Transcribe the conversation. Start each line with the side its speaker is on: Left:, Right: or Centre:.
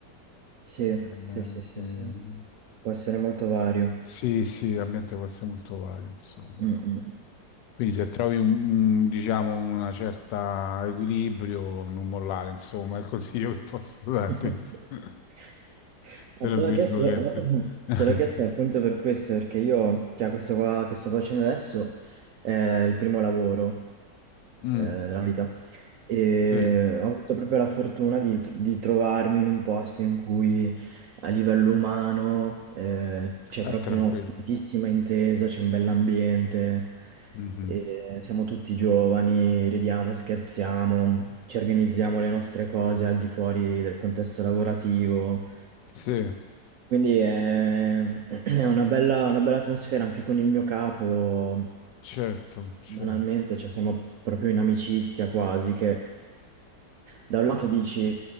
Right: sì,
Left: Eh,
Right: sì, sì, sì,
Left: eh,
Right: sì. Può essere molto vario.
Left: sì, sì, l'ambiente può essere molto vario, insomma.
Right: Mm, mm.
Left: Quindi se trovi un, un- diciamo, una certa equilibrio, non mollare, insomma, è il consiglio che posso darti,
Right: <laughs>
Left: insomma. <laughs>
Right: Eh,
Left: Tra
Right: Te
Left: virgolette.
Right: l'ho chiesto, <clears throat>
Left: <laughs>
Right: te l'ho chiesto appunto per questo, perché io, cioè, questo qua che sto facendo adesso è il primo lavoro
Left: Mm,
Right: eh, nella vita. E
Left: sì,
Right: ho avuto proprio la fortuna di, di trovarmi in un posto in cui a livello umano eh, c'è
Left: è
Right: proprio
Left: tranquillo.
Right: una tantissima intesa, c'è un bell'ambiente,
Left: Mhm.
Right: e siamo tutti giovani, ridiamo, scherziamo, ci organizziamo le nostre cose al di fuori del contesto lavorativo.
Left: Sì,
Right: Quindi è, <clears throat> è una bella, una bella atmosfera anche con il mio capo,
Left: certo, certo.
Right: banalmente, cioè siamo proprio in amicizia quasi, che da un lato dici